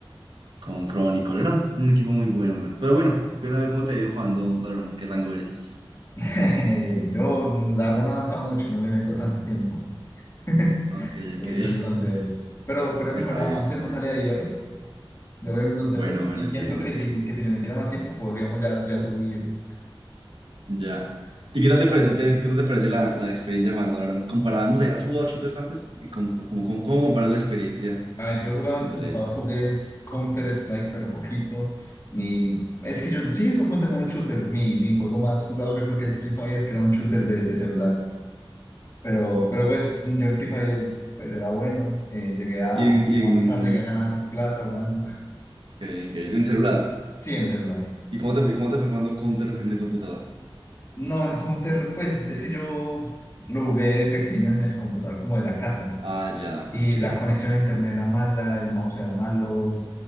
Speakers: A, on the right (about 65°); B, on the left (about 35°).
A: con Chronicle. Era un equipo muy bueno, muy bueno. Pero bueno, cuéntame cómo te ha ido jugando Valorant. ¿Qué rango eres?
B: <laughs> Yo, la verdad, no he avanzado mucho, no le meto tanto tiempo. <laughs>
A: Ok,
B: Eh,
A: ok.
B: soy bronce
A: <laughs>
B: 2, pero, pero he
A: Está
B: mejorado,
A: bien,
B: antes
A: está
B: no
A: bien.
B: salía de hierro. Yo voy en bronce
A: Bueno,
B: 2
A: bueno,
B: y siento
A: entiendo.
B: que si, que si le metiera más tiempo podríamos ya, ya subir.
A: Ya. ¿Y qué tal te parece, te- qué tal te parece la, la experiencia jugando ahora? Comparada, no sé, ¿has jugado shooters antes? ¿Y cómo, cómo, cómo- cómo comparas la experiencia
B: A ver, yo jugaba en
A: entre
B: computador,
A: esos?
B: jugué Counter-Strike, pero poquito. Mi, es que yo, sí, eso cuenta como un shooter. Mi, mi juego más jugado yo creo que es Free Fire, que era un shooter de, de celular. Pero, pero pues yo en Free Fire pues era bueno. eh, llegué a
A: Y en, y
B: avanzar,
A: en,
B: llegué a ganar plata jugando.
A: qué bien, qué bien, en celular.
B: Sí, en celular.
A: ¿Y cómo te, y cómo te fue jugando Counter en el computador?
B: No, en Counter, pues es que yo lo jugué de pequeño en el computador como de la casa.
A: Ah, ya,
B: Y
A: ok.
B: la conexión a internet era mala, el mouse era malo.